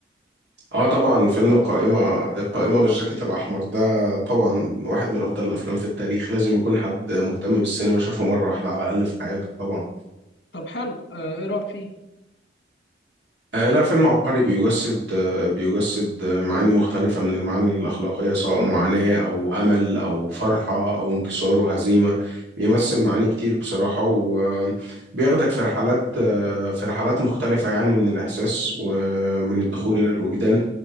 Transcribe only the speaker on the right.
اه طبعا فيلم القائمة القائمة والجاكيت الاحمر ده طبعا واحد من افضل الافلام في التاريخ لازم يكون حد مهتم بالسينما شافه مرة واحدة على الاقل في حياته طبعا
آه لا فيلم عبقري بيجسد آه بيجسد آه معاني مختلفة من المعاني الأخلاقية سواء معاناة أو أمل أو فرحة أو انكسار وهزيمة بيمثل معاني كتير بصراحة وبياخدك في رحلات آه في رحلات مختلفة يعني من الإحساس ومن الدخول إلى الوجدان